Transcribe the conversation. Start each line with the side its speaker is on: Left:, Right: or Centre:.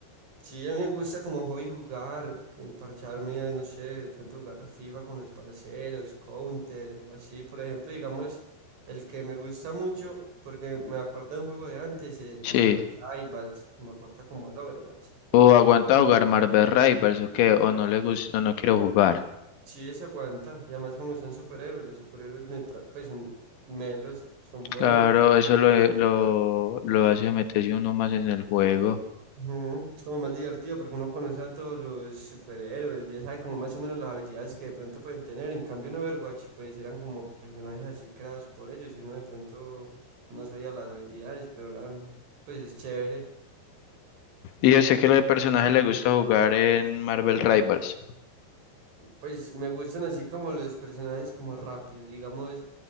Right: sí, a mí me gusta como hobby jugar, eh, parcharme, eh, no sé, de pronto jugar FIFA con los parceros, counter o así. Por ejemplo, digamos, el que me gusta mucho, porque me acuerdo de un juego de antes, el
Left: sí.
Right: Marvel Rivals, me acuerdo como el Overwatch, y además
Left: O
Right: son
Left: aguanta jugar Marvel Rivals o qué, o no le gusta, o no quiero jugar.
Right: Sí, se aguanta. Y además como son superhéroes, los superhéroes me tra- pues son melos, son buenos.
Left: Claro, eso lo, eh, lo, lo hace meterse uno más en el juego.
Right: Ujú, Es como más divertido porque uno conoce a todos los superhéroes, ya sabe como más o menos las habilidades que de pronto pueden tener. En cambio en Overwatch pues eran como personajes así creados por ellos y uno de pronto no sabía las habilidades, pero eran pues es chévere.
Left: Y yo sé que los personajes le gusta jugar en Marvel Rivals.
Right: Pues me gustan así como los personajes como rápidos, digamos